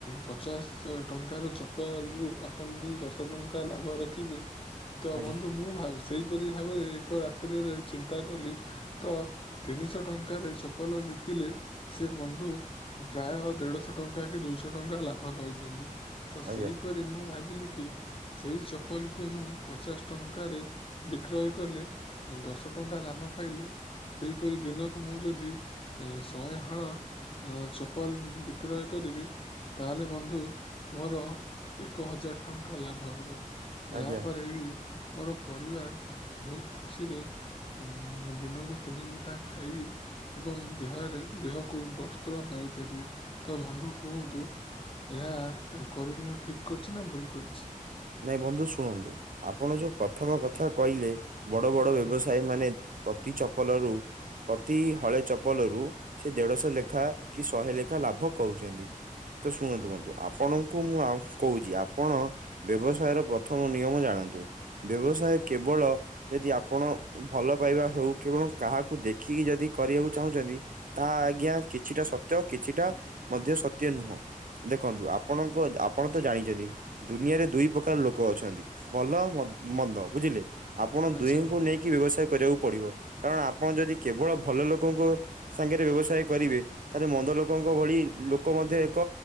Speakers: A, on the left; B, on the right.
A: ପଚାଶ ଟଙ୍କାର ଚପଲରୁ ଆପଣ ଯଦି ଦଶ ଟଙ୍କା ଲାଭ ରଖିବେ ହଁ ତ
B: ଆଜ୍ଞା
A: ବନ୍ଧୁ ମୁଁ ଭାବ ସେଇପରି ଭାବରେ ଏକ ରାତ୍ରିରେ ଚିନ୍ତା କଲି ତ ତିନିଶହ ଟଙ୍କାରେ ଚପଲ ବିକିଲେ ସେ ବନ୍ଧୁ ପ୍ରାୟ ଦେଢଶହ ଟଙ୍କା କି ଦୁଇଶହ ଟଙ୍କା ଲାଭ ପାଉଛନ୍ତି। ତ ସେହିପରି
B: ଆଜ୍ଞା
A: ମୁଁ ଭାବିଲି କି? ସେଇ ଚପଲକୁ ମୁଁ ପଚାଶ ଟଙ୍କାରେ ବିକ୍ରୟ କଲେ ଦଶ ଟଙ୍କା ଲାଭ ପାଇଲେ। ସେପରି ଦିନକୁ ମୁଁ ଯଦି ଶହେ ହଳ ହଁ ଚପଲ ବିକ୍ରୟ କରିବି। ତାହେଲେ ବନ୍ଧୁ ମୋର ଏକ ହଜାର ଟଙ୍କା ଲାଭ ହବ। ଯାହା
B: ଆଜ୍ଞା।
A: ପରେ ବି ମୋର ପରିବାର ବହୁତ ଖୁସିରେ ଉ ଦିନକୁ ତିନି ମୁ ତା ଖାଇ ଏବଂ ଦେହରେ ଦେହକୁ ବସ୍ତ୍ର ନାଇପାରିବେ ତ ବନ୍ଧୁ କୁହନ୍ତୁ? ଏହା କରିକି ମୁଁ ଠିକ କରୁଛି ନା ଭୁଲ କରିଛି?
B: ନାଇଁ ବନ୍ଧୁ ଶୁଣନ୍ତୁ ଆପଣ ଯୋଉ ପ୍ରଥମ କଥା କହିଲେ ବଡ ବଡ ବ୍ୟବସାୟୀ
A: ହୁଁ
B: ମାନେ ପ୍ରତି ଚପଲରୁ ପ୍ରତି ହଳ ଚପଲରୁ ସେ ଦେଢଶହ ଲେଖା କି ଶହେ ଲେଖା ଲାଭ କରୁଛନ୍ତି। ତ ଶୁଣନ୍ତୁ ବନ୍ଧୁ ଆପଣଙ୍କୁ ମୁଁ କହୁଛି ଆପଣ ବ୍ୟବସାୟର ପ୍ରଥମ ନିୟମ ଜାଣନ୍ତୁ ବ୍ୟବସାୟ କେବଳ ଯଦି ଆପଣ ଭଲ ପାଇବା ହଉ କେବଳ କାହାକୁ ଦେଖିକି ଯଦି କରିବାକୁ ଚାହୁଁଛନ୍ତି? ତା ଆଜ୍ଞା କିଛିଟା ସତ୍ୟ କିଛିଟା ମଧ୍ୟ ସତ୍ୟ ନୁହଁ। ଦେଖନ୍ତୁ ଆପଣଙ୍କ ଆପଣ ତ ଜାଣିଛନ୍ତି ଦୁନିଆରେ ଦୁଇ ପ୍ରକାର ଲୋକ ଅଛନ୍ତି ଭଲ ମନ୍ଦ ବୁଝିଲେ ଆପଣ
A: ଆଚ୍ଛା
B: ଦୁହିଁଙ୍କୁ
A: ବନ୍ଧୁ
B: ନେଇ କି ବ୍ୟବସାୟ କରିବାକୁ ପଡିବ କାରଣ ଆପଣ ଯଦି କେବଳ ଭଲ ଲୋକଙ୍କୁ ସାଙ୍ଗରେ ବ୍ୟବସାୟ କରିବେ। ତାହେଲେ ମନ୍ଦ ଲୋକଙ୍କ ଭଳି ଲୋକ ମଧ୍ୟ ଏକ